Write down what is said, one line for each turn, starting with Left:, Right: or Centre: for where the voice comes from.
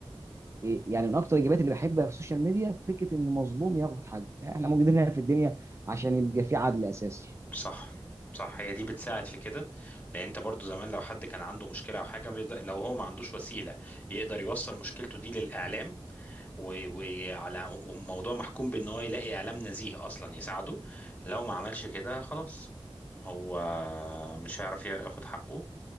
Right: إيه يعني من اكتر الاجابات اللي بحبها في السوشيال ميديا فكره ان مظلوم ياخد حقه يعني احنا موجودين هنا في الدنيا عشان يبقى في عدل اساسا
Left: صح صح هي دي بتساعد في كده لان انت برضو زمان لو حد كان عنده مشكله او حاجه بيقدر- لو هو ما عندوش وسيله يقدر يوصل مشكلته دي للاعلام و- وعلى وموضوع محكوم بان هو يلاقي اعلام نزيه اصلا يساعده لو ما عملش كده خلاص هو مش هيعرف ياخد حقه